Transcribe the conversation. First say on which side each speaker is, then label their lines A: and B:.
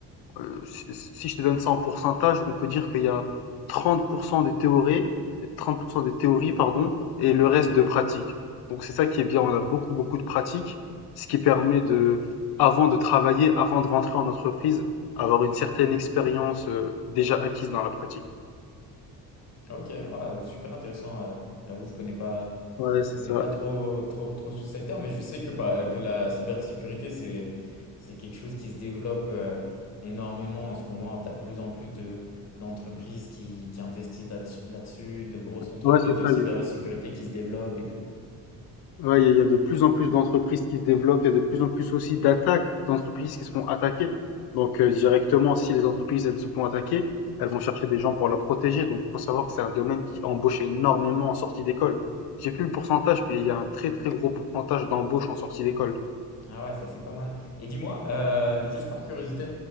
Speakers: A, on the left; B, on the left.
A: euh, si si je te donne ça en pourcentage, on peut dire qu'il y a 30% de théorie, 30% de théorie, pardon, et le reste de pratique. Donc c'est ça qui est bien, on a beaucoup, beaucoup de pratique, ce qui permet de, avant de travailler, avant de rentrer en entreprise, avoir une certaine expérience euh, déjà acquise dans la pratique.
B: Ok, ouais, super intéressant. euh, j'avoue, je connais pas,
A: Ouais,
B: je
A: c'est
B: connais
A: ça.
B: pas trop, trop, trop ce secteur, mais je sais que, bah, que la cybersécurité, c'est, c'est quelque chose qui se développe euh, énormément en ce moment. Tu as de plus en plus de, d'entreprises qui, qui investissent là là-dessus, de grosses entreprises
A: Ouais, c'est
B: de
A: ça.
B: cybersécurité qui se développent et tout.
A: Ouais, il y a il y a de plus en plus d'entreprises qui se développent, il y a de plus en plus aussi d'attaques d'entreprises qui se font attaquer. Donc euh, directement, si les entreprises elles se font attaquer, elles vont chercher des gens pour la protéger. Donc faut savoir que c'est un domaine qui embauche énormément en sortie d'école. J'ai plus le pourcentage, mais il y a un très très gros pourcentage d'embauche en sortie d'école.
B: Ah ouais, ça c'est pas mal. Et dis-moi, euh, juste par curiosité,